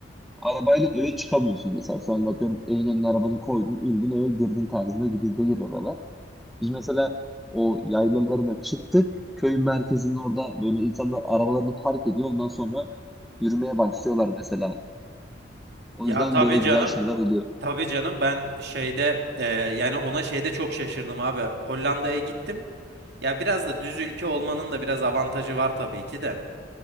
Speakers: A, in the centre; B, on the right.
A: arabayla eve çıkamıyorsun mesela şu anda atıyorum evin önüne arabanı koydun indin eve girdin tarzında gibi değil oralar. Biz mesela o yaylalarına çıktık köyün merkezinin orada böyle insanlar arabalarını park ediyor ondan sonra yürümeye başlıyorlar mesela. O
B: Ya
A: yüzden
B: tabii
A: böyle
B: canım.
A: güzel şeyler oluyor.
B: Tabii canım ben şeyde e, yani ona şeyde çok şaşırdım abi. Hollanda'ya gittim. Ya biraz da düz ülke olmanın da biraz avantajı var tabii ki de.